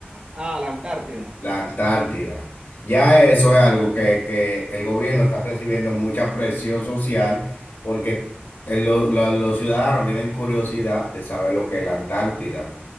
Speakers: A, on the right; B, on the left.
A: ah, la Antártida.
B: la Antártida. Ya eso es algo que, que el gobierno está recibiendo mucha presión social porque el- lo- lo- los ciudadanos tienen curiosidad de saber lo que es la Antártida.